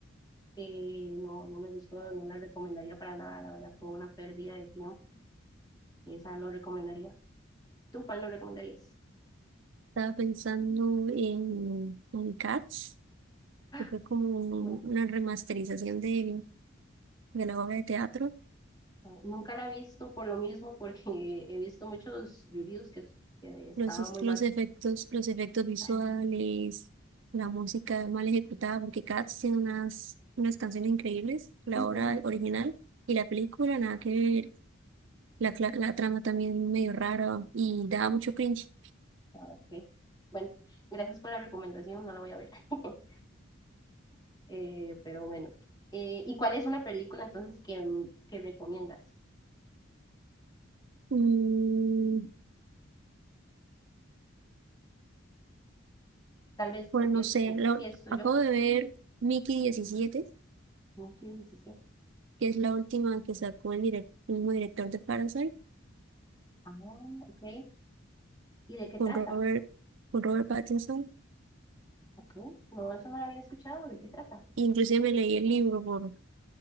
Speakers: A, on the left; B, on the right.
A: Eh, no, no me gustó, no la recomendaría para nada, la verdad fue una pérdida de tiempo, esa no recomendaría. ¿Tú cuál no recomendarías?
B: Estaba pensando en, en Cats,
A: <gasps>
B: que fue como un-
A: No,
B: una remasterización de, de la obra de teatro.
A: Nunca la he visto por lo mismo, porque he visto muchos reviews que, que estaba
B: Los, es-
A: muy mal.
B: los efectos, los efectos visuales,
A: <laughs>
B: la música mal ejecutada, porque Cats tiene unas, unas canciones increíbles, la
A: Ujú.
B: obra original y la película, nada que ver, la, cla- la trama también medio rara y daba mucho cringe.
A: Ah, ok. Bueno, gracias por la recomendación, no la voy a ver. <laughs> Eh, pero bueno, Eh, ¿y cuál es una película entonces que, m- que recomiendas?
B: Mm,
A: Tal vez
B: bueno,
A: empiezo,
B: no sé,
A: empiezo
B: lo- acabo
A: yo.
B: de ver Mickey diecisiete
A: Ok, sí, sí.
B: que es la última que sacó el, direc- el mismo director de Parasite,
A: Ah, ok. ¿Y de qué
B: con
A: trata?
B: Robert, con Robert Pattinson.
A: Ok, No, eso no la había escuchado. ¿De qué trata?
B: Inclusive me leí el libro por